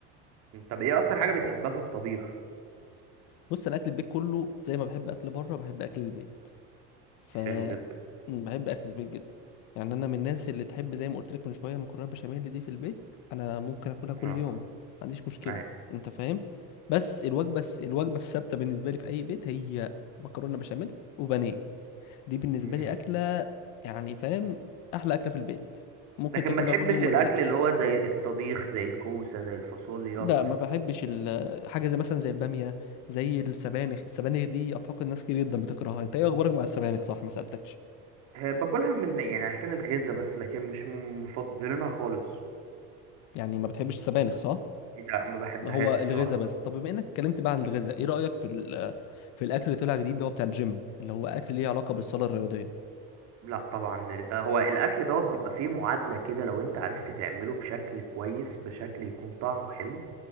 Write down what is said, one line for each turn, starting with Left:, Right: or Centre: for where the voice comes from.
Right: طب ايه اكتر حاجة بتحبها في الطبيخ
Left: بص انا اكل البيت كله زي ما بحب اكل بره بحب اكل البيت ف
Right: حلو جدا
Left: بحب اكل البيت جدا يعني انا من الناس اللي تحب زي ما قلت لك من شويه مكرونه بشاميل دي في البيت انا ممكن اكلها كل
Right: اه
Left: يوم ما عنديش مشكله
Right: ايوه
Left: انت فاهم بس الوجبه الس- الوجبه الثابته بالنسبه لي في اي بيت هي مكرونه بشاميل وبانيه دي بالنسبه
Right: فاهمك
Left: لي اكله يعني فاهم احلى اكله في البيت ممكن
Right: لكن
Left: تاكلها
Right: ما تحبش
Left: كل يوم
Right: الاكل
Left: ما تزهقش
Right: اللي هو زي الطبيخ زي الكوسه زي الفاصوليا
Left: ده ما بحبش ال- حاجه زي مثلا زي الباميه زي السبانخ السبانخ دي اعتقد ناس كتير جدا بتكرهها انت ايه اخبارك مع السبانخ صح ما سالتكش
Right: آه، باكلها من يعني عشان الغذا بس لكن مش من مفضلينها خالص
Left: يعني ما بتحبش السبانخ صح
Right: لا ما بحبهاش
Left: هو الغذاء
Right: بصراحه
Left: بس
Right: بس
Left: طب بما انك اتكلمت بقى عن الغذاء ايه رايك في ال- في الاكل اللي طلع جديد اللي هو بتاع الجيم اللي هو اكل ليه علاقه بالصاله الرياضيه
Right: لا طبعا آه، هو الاكل دوت بيبقى فيه معادله كده لو انت عرفت تعمله بشكل كويس بشكل يكون طعمه حلو